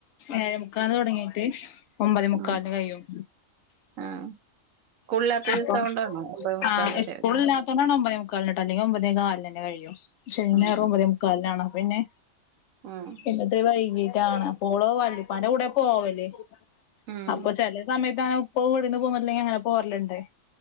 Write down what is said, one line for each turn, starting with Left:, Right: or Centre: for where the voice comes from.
Left: ഏഴേമുക്കാൽന് തൊടങ്ങീട്ട്‌ ഒമ്പതേമുക്കാൽന്
Right: ഉം
Left: കയ്യും.
Right: ആഹ് സ്കൂളില്ലാത്ത
Left: അപ്പൊ
Right: ദിവസം കൊണ്ടാണോ ഒമ്പതേ മുക്കാൽ
Left: ആഹ്
Right: വരെ
Left: ഇസ്കൂള്ല്ലാ ത്തോണ്ടാണ്ട് ഒമ്പതെമുക്കാലിന്ട്ടൊ അല്ലെങ്കി ഒമ്പതേ കാൽനെന്നെ കഴിയു. ശനിയും
Right: ഉം
Left: ഞായറും ഒമ്പതേമുക്കാൽനാണ്. അപ്പൊ പിന്നെ
Right: ആഹ്
Left: പിന്നത്തിരി വൈകീട്ടാണ് അപ്പോള് വല്ലിപ്പാന്റെ കൂടെ പോവല്.
Right: ഉം
Left: അപ്പൊ ചെലെ സമയത്ത് അങ്ങനെ ഉപ്പവുടെന്ന് പോന്ന്ട്ട്ല്ലെങ്കി അങ്ങനെ പോരല്ണ്ട്.